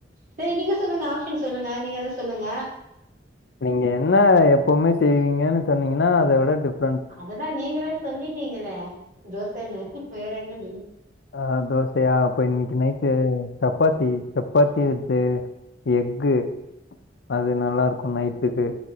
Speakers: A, on the right (about 45°); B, on the left (about 70°).
A: செரி நீங்க சொல்லுங்க ஆப்ஷன் சொல்லுங்க நீங்க எத சொல்லுங்க
B: நீங்க என்னா எப்பவுமே செய்வீங்கனு சொன்னீங்னா அத விட டிஃப்
A: அததா நீங்களே சொல்லிட்டீங்களே தோசன்னு வேறென்னது
B: ஆ தோசயா அப்ப இன்னிக்கு நைட்டு சப்பாத்தி சப்பாத்தி வித்து எஃகு அது நல்லாருக்கு நைட்டுக்கு